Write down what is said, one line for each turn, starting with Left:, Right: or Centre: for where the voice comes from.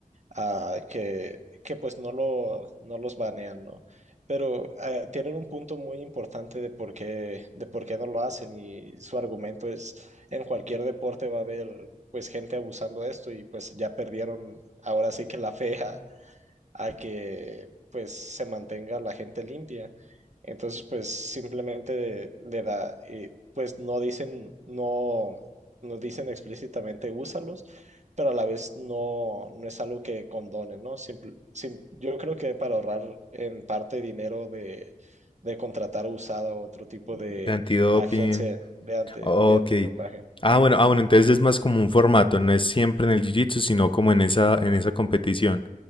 Right: ah, que, que pues no, lo, no los banean, ¿no? Pero eh, tienen un punto muy importante de por qué, de por qué no lo hacen y su argumento es, en cualquier deporte va a haber pues gente abusando de esto y pues ya perdieron ahora sí que la fe a, a que pues se mantenga la gente limpia. Entonces, pues simplemente le da, eh, pues no dicen, no, no dicen explícitamente úsalos, pero a la vez no, no es algo que condonen, ¿no? Simple- sim- yo creo que para ahorrar en parte dinero de, de contratar usada o otro tipo de
Left: De antidoping.
Right: agencia de, anti,
Left: Ok.
Right: de antidopaje.
Left: Ah, bueno, ah, bueno, entonces es más como un formato, no es siempre en el jiu-jitsu, sino como en esa, en esa competición.